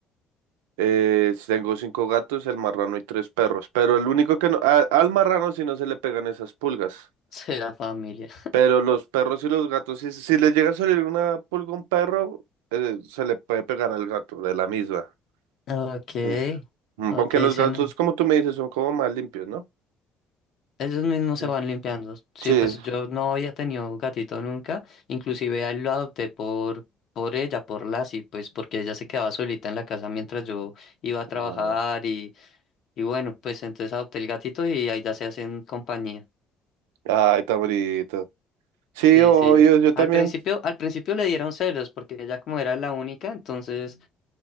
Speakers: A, on the right (about 80°); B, on the left (about 60°).
A: eh, tengo cinco gatos, el marrano y tres perros. Pero el único que no, a- al marrano sí no se le pegan esas pulgas.
B: <laughs> Será familia.
A: Pero los perros y los gatos, si, si le llega a salir una pulga a un perro, eh, se le puede pegar al gato de la misma.
B: Ok,
A: Sí. Mm,
B: ok,
A: Aunque los
B: sí,
A: gatos,
B: no.
A: como tú me dices, son como más limpios, ¿no?
B: Ellos mismos se
A: Mm,
B: van limpiando. Sí,
A: Sí.
B: pues yo no había tenido gatito nunca. Inclusive a él lo adopté por, por ella, por Lassie, pues porque ella se quedaba solita en la casa mientras yo iba a trabajar
A: No.
B: Y bueno, pues entonces adopté el gatito y ahí ya se hacen compañía.
A: Ay, tan bonito. Sí,
B: Sí,
A: obvio,
B: sí.
A: yo
B: Al
A: también.
B: principio, al principio le dieron celos porque ella como era la única, entonces,